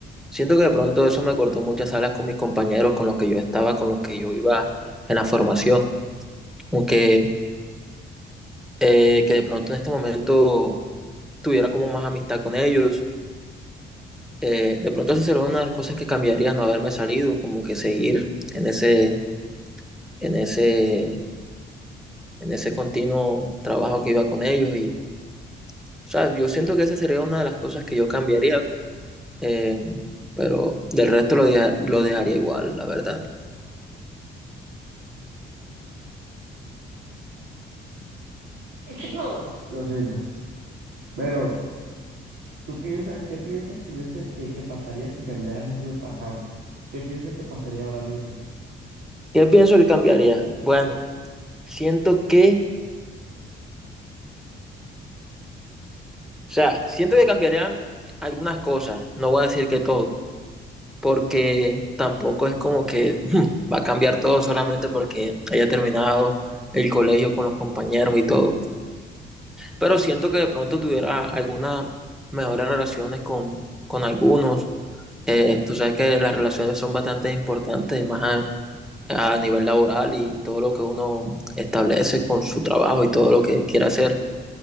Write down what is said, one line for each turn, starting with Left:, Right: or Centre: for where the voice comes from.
Centre: siento que de pronto eso me cortó muchas alas con mis compañeros, con los que yo estaba, con los que yo iba en la formación. Aunque eh, que de pronto en este momento tuviera como más amistad con ellos. eh, de pronto esa sería una de las cosas que cambiaría, no haberme salido, como que seguir en ese, en ese, en ese continuo trabajo que iba con ellos. Y, o sea, yo siento que esa sería una de las cosas que yo cambiaría, eh, pero del resto lo, deja- lo dejaría igual, la verdad.
Right: <clears throat> Lo siento. Pero, ¿tú piensas, qué piensas que hubiese, que, que pasaría si cambiaras eso del pasado? ¿Qué piensas que pasaría ahora mismo?
Centre: Yo pienso que cambiaría. Bueno, siento que, o sea, siento que cambiarían algunas cosas, no voy a decir que todo, porque tampoco es como que <laughs> va a cambiar todo solamente porque haya terminado el colegio con los compañeros y todo. Pero siento que de pronto tuviera algunas mejores relaciones con, con algunos. Eh, tú sabes que las relaciones son bastante importantes, más a, a nivel laboral y todo lo que uno establece con su trabajo y todo lo que quiera hacer.